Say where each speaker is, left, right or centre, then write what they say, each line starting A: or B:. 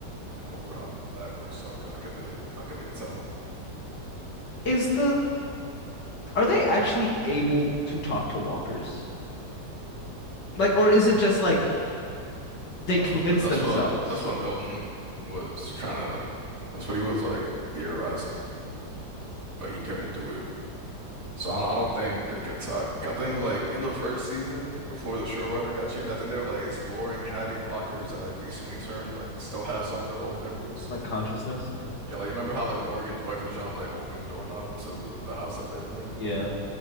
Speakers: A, on the right; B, on the left.
A: Yeah, I wonder how that works out. How could they how could they tell?
B: Is the are they actually able to talk to walkers? Like, or is it just like they convince
A: That's what that's
B: themselves?
A: what that's what Milton was trying to. That's what he was like theorizing, but he couldn't do it. So I don't, I don't
B: Yeah.
A: think they could talk. I think like in the first season, before the showrunner got changed, I think they were like exploring having walkers that like recently turned like still have some of their old memories.
B: Like consciousness? Yeah.
A: Yeah, like remember how like Morgan's wife was trying to like open a doorknob to the, the house that they were in,
B: Yeah.